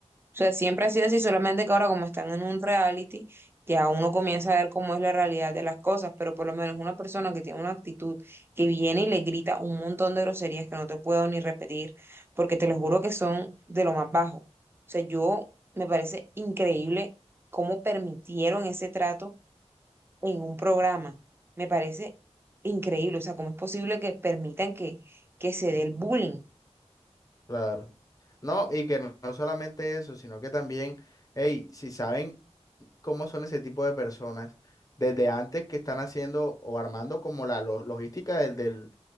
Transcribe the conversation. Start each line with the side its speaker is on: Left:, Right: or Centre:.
Right: O sea, siempre ha sido así, solamente que ahora como están en un reality, ya uno comienza a ver cómo es la realidad de las cosas, pero por lo menos una persona que tiene una actitud que viene y le grita un montón de groserías que no te puedo ni repetir, porque te lo juro que son de lo más bajo. O sea, yo me parece increíble cómo permitieron ese trato en un programa. Me parece increíble, o sea, cómo es posible que permitan que, que se dé el bullying.
Left: Claro. No, y que no, no solamente eso, sino que también, hey, si saben cómo son ese tipo de personas desde antes que están haciendo o armando como la lo- logística del, del,